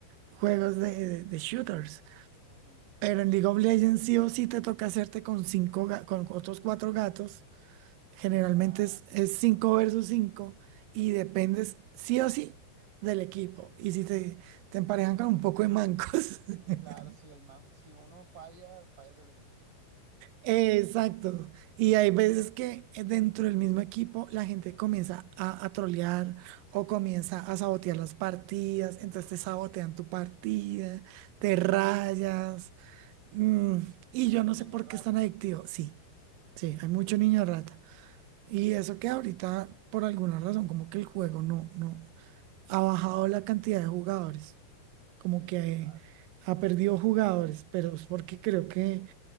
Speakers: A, on the right; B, on the right.
A: juegos de, de- de shooters.
B: ujú.
A: Pero en League of Legends sí o sí te toca hacerte con cinco, ga- con otros cuatro gatos. Generalmente
B: Ah,
A: es,
B: sí.
A: es cinco versus cinco y dependes sí o sí del equipo. Y si te, te emparejan con un poco de mancos. <laughs>
B: Claro, si el man- si uno falla, falla todo el equipo.
A: Exacto. Y hay veces
B: Ujú.
A: que eh, dentro del mismo equipo la gente comienza a, a trolear o comienza
B: Ah,
A: a sabotear las partidas, entonces te sabotean tu partida, te rayas. mm, y
B: hay muchos
A: yo no sé
B: niños
A: por
B: ratas.
A: qué es tan adictivo. Sí, sí, hay mucho niño rata. Y eso que ahorita, por alguna razón, como que el juego no, no ha bajado la cantidad de jugadores como
B: Sí,
A: que
B: claro.
A: ha perdido jugadores, pero es porque creo que